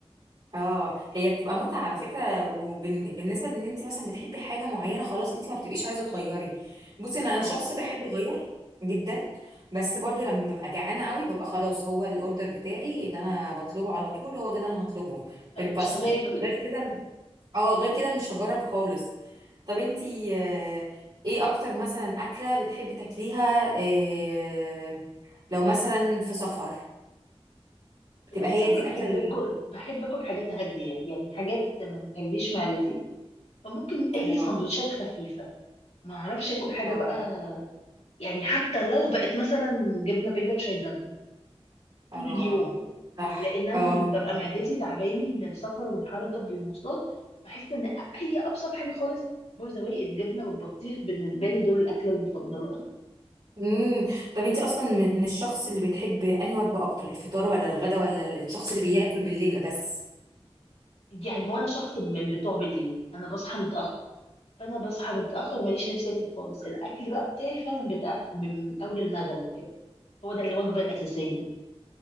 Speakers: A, on the right (about 55°); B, on the left (about 75°).
A: اه هي بتبقى متعة على فكرة وبالنسبة لان انت مثلا بتحبي حاجة معينة خلاص انت ما بتبقيش عايزة تغيري بصي انا انا
B: اه
A: شخص بحب اغير جدا بس برضو لما ببقى جعانة قوي ببقى خلاص هو الاوردر بتاعي اللي انا بطلبه على طول هو ده اللي انا هطلبه
B: انا
A: الباستا
B: مش هغامر
A: غير كده اه غير كده مش هجرب خالص طب انت آه، ايه اكتر مثلا اكلة بتحبي تاكليها آه، لو مثلا في سفر بتبقى
B: لو بسافر
A: هي دي الاكلة
B: بحب
A: ال-
B: اكل بحب اكل حاجات هاديه يعني حاجات ما تتعبليش معدتي فممكن اي
A: اه
B: سندوتشات خفيفه ما اعرفش اكل حاجه
A: اه
B: بقى يعني حتى لو بقت مثلا جبنه بيضاء وشاي بلبن
A: اه
B: طول اليوم
A: صح
B: لان انا
A: اه
B: ببقى
A: فهمت
B: معدتي تعباني من السفر والحركه بالمواصلات بحس ان هي ابسط حاجه خالص باي ذا واي الجبنه والبطيخ بالنسبه لي دول الاكله المفضله
A: امم طب انت اصلا من الشخص اللي بتحب انهي وجبه اكتر الفطار ولا الغدا ولا ال- الشخص اللي بياكل بالليل بس
B: يعني هو انا شخص من بتوع بالليل انا بصحى متاخر فانا بصحى متاخر ماليش نفسي اكل خالص الاكل بقى بتاعي فعلا بتاع من اول المغرب كده هو ده الوجبه الاساسيه